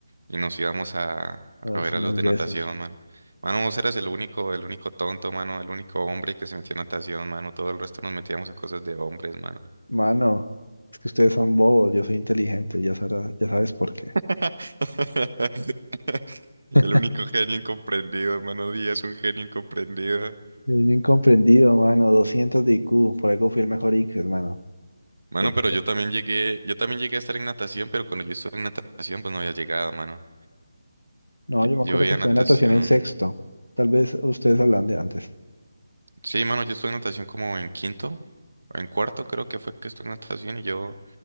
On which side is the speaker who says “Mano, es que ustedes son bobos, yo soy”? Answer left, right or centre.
Left